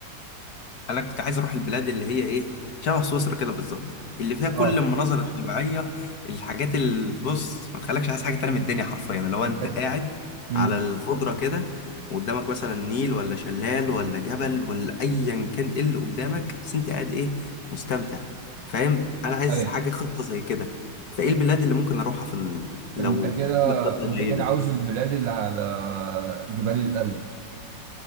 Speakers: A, on the left (about 55°); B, on the right (about 75°).
A: انا كنت عايز اروح البلاد اللي هي ايه شبه سويسرا كده بالظبط اللي فيها كل
B: اه
A: المناظر الطبيعيه الحاجات اللي بص ما تخليكش عايز حاجه تانية من الدنيا حرفيا لو
B: أنت
A: انت قاعد
B: امم
A: على الخضره كده وقدامك مثلا نيل ولا شلال ولا جبل ولا ايا كان ايه اللي قدامك بس انت قاعد ايه مستمتع فاهم انا عايز
B: أيوه
A: حاجه خطه زي كده فايه البلاد اللي ممكن اروحها في ال... لو
B: أنت كده
A: هتعمل خطه
B: أنت
A: زي
B: كده
A: دي
B: عاوز البلاد اللي على جبال الألب